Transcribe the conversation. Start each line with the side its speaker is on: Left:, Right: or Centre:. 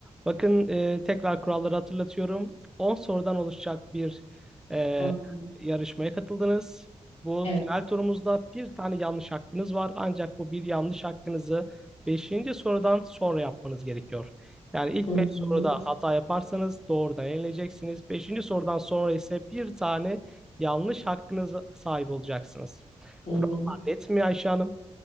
Centre: Bakın e, tekrar kuralları hatırlatıyorum. 10 sorudan oluşacak bir e,
Left: Hı hı.
Centre: yarışmaya katıldınız. Bu
Left: Evet.
Centre: final turumuzda bir tane yanlış hakkınız var. Ancak bu bir yanlış hakkınızı beşinci sorudan sonra yapmanız gerekiyor. Yani ilk
Left: Hı
Centre: 5 soruda
Left: hı.
Centre: hata yaparsanız doğrudan eleneceksiniz. Beşinci sorudan sonra ise bir tane yanlış hakkınıza sahip olacaksınız.
Left: Hı
Centre: Kurallar
Left: hı.
Centre: net mi Ayşe Hanım?